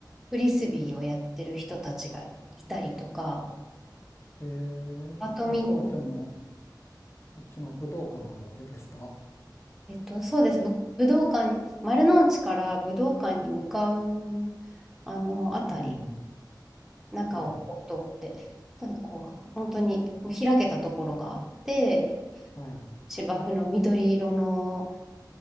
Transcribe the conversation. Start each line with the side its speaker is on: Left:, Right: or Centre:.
Centre: フリスビーをやってる人たちがいたりとか、
Left: えー、
Centre: バドミント
Left: あ、皇居の、あっちの武道館の方でですか
Centre: えっと、そうです。ぶ武道館、丸の内から武道館に向かう、あの、あたり、
Left: うん。
Centre: 中をこう通って、
Left: はい。
Centre: なんかこう、本当にもう開けたところがあって、
Left: はい。
Centre: 芝生の緑色の、